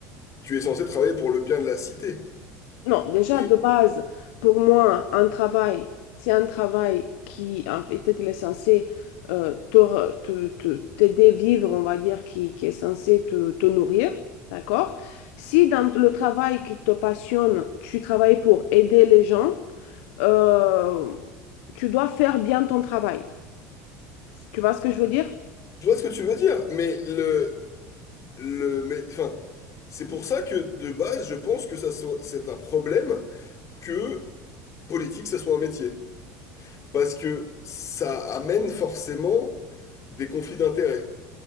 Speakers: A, on the left (about 40°); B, on the left (about 65°).
A: Tu es censé travailler pour le bien de la cité.
B: Non, déjà
A: Et
B: de base, pour moi, un travail, c'est un travail qui, en fait, il est censé euh, te re- te- te- t'aider à vivre, on va dire, qui, qui est censé te, te nourrir, d'accord? Si dans le travail qui te passionne, tu travailles pour aider les gens, euh, tu dois faire bien ton travail. Tu vois ce que je veux dire?
A: je vois ce que tu veux dire, mais le, le, mais, enfin, c'est pour ça que de base, je pense que ça soit, c'est un problème que politique, ça soit un métier. Parce que ça amène forcément des conflits d'intérêts.